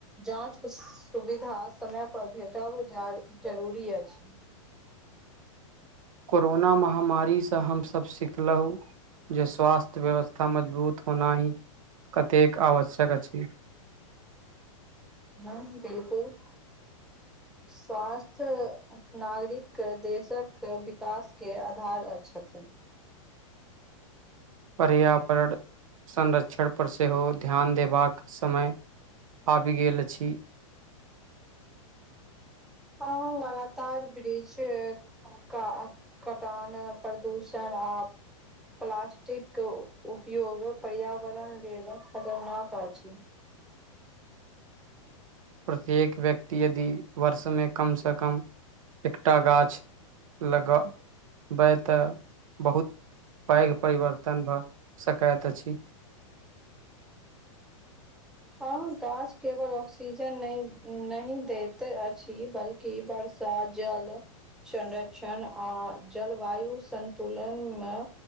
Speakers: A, in the centre; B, on the right (about 75°).
A: जाँच स सुविधा समय पर भेटब जरुरी अछि
B: कोरोना महामारीसँ हमसभ सिखलहुँ जे स्वास्थ्य व्यवस्था मजबूत होना ही कतेक आवश्यक अछि
A: हाँ बिलकुल स्वास्थ्य नागरिक देशक विकासके आधार अ छेथिन
B: पर्यावरण संरक्षण पर सेहो ध्यान देबाक समय अबी गेलछी
A: हाँ लगातार ब्रिज का कटान प्रदूषण आ प्लास्टिक उपयोग पर्यावरण लेल खतरनाक अछि
B: प्रत्येक व्यक्ति यदि वर्ष मे कम सऽ कम एकटा गाछ लगा वय तऽ बहुत पैघ परिवर्तन भऽ सकैत अछि
A: हाँ गाछ केवल ऑक्सीजन नहि नहि दैत अछि बल्कि बरस जल संरक्षण आ जलवायु संतुलन मऽ